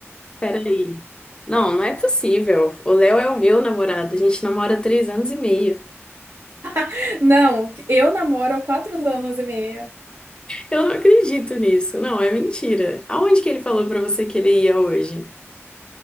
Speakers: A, on the left (about 20°); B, on the right (about 70°).
A: Peraí. Não, não é possível. O Léo é o meu namorado. A gente namora há três anos e meio.
B: <laughs> Não, eu namoro há quatro anos e meio.
A: Eu não acredito nisso. Não, é mentira. Aonde que ele falou pra você que ele ia hoje?